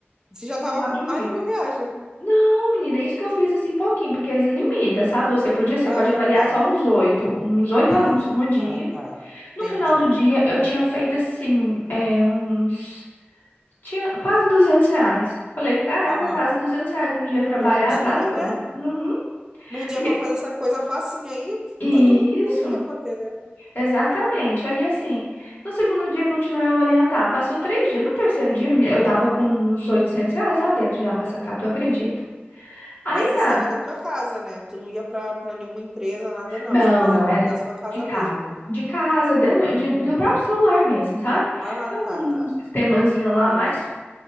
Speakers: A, on the right; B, on the left.
A: Você já tava
B: final
A: com
B: de um
A: mais
B: dia.
A: de mil reais, né?
B: Não, menina, é isso que eu fiz assim pouquinho, porque eles limitam, sabe? Você por dia, você
A: Ah,
B: pode avaliar
A: tá.
B: só uns oito, uns oito
A: Ah,
B: anúncios no dia.
A: tá, tá.
B: No
A: Entendi.
B: final do dia, eu tinha feito assim, é, uns. Tinha quase 200 reais. Falei, caraca,
A: Ah,
B: quase 200 reais um dia trabalhado,
A: num dia,
B: bacana.
A: né?
B: Uhum.
A: Num dia
B: E,
A: pra fazer essa coisa facinha aí,
B: e
A: todo mundo
B: isso,
A: poderia fazer, né?
B: exatamente. Aí assim, no segundo dia, continuei a avaliar. Passou três dias. No terceiro dia, menina, eu tava com uns 800 reais lá dentro já pra sacar, tu acredita? Aí
A: Mas
B: tá.
A: isso era da tua casa, né? Tu não ia pra, pra nenhuma empresa, nada não.
B: Não,
A: Você fazia
B: não, é
A: da sua casa
B: de casa.
A: mesmo, né?
B: De casa, dentro de- do próprio celular mesmo, sabe?
A: Ah,
B: Tem
A: tá,
B: um
A: tá.
B: sistemazinho lá
A: Entendi.
B: mais,